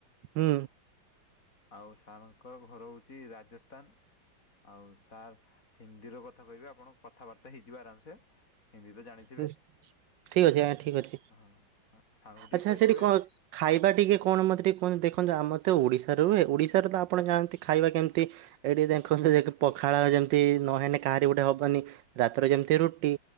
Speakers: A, on the right; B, on the left.
A: ହୁଁ।
B: ଆଉ ସାର୍ ଙ୍କ ଘର ହଉଚି ରାଜସ୍ଥାନ। ଆଉ ସାର୍ ହିନ୍ଦୀ ର କଥା କହିବେ ଆପଣ କଥାବାର୍ତ୍ତା ହେଇଯିବେ ଆରାମସେ। ହିନ୍ଦୀ ତ ଜାଣିଥିବେ
A: ହୁଁ, ଠିକ୍ ଅଛି
B: ହଁ
A: ଆଜ୍ଞା ଠିକ୍ ଅଛି।
B: ହଁ ହଁ ସାର୍ ଙ୍କୁ ଟିକେ
A: ଆଚ୍ଛା
B: କହିଦେବେ
A: ସେଠି କଣ ଖାଇବା ଟିକେ କଣ ମୋତେ ଟିକେ କୁହନ୍ତୁ, ଦେଖନ୍ତୁ ଆମର ତ ଓଡ଼ିଶାରେ ରୁହେ ଓଡ଼ିଶାରେ ତ ଆପଣ ଜାଣନ୍ତି ଖାଇବା କେମିତି ଏଇଠି ଦେଖନ୍ତୁ ଦେଖି ପଖାଳ ଯେମିତି ନହେଲେ କାହାରି ଗୋଟେ ହବନି ରାତିରେ ଯେମିତି ରୁଟି